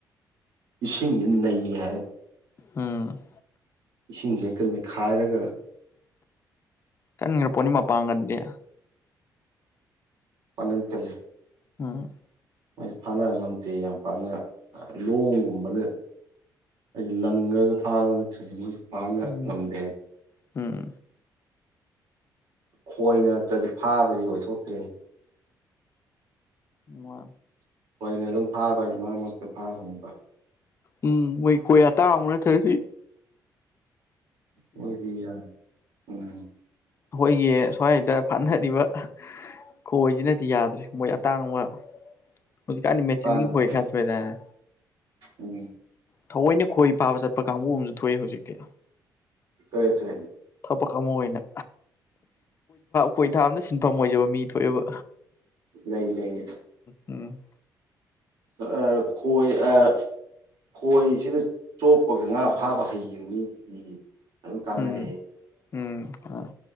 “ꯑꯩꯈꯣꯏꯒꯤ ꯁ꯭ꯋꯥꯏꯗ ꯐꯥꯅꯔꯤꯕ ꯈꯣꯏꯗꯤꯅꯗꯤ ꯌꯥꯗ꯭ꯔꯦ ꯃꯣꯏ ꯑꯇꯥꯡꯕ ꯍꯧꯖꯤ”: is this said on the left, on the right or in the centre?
Left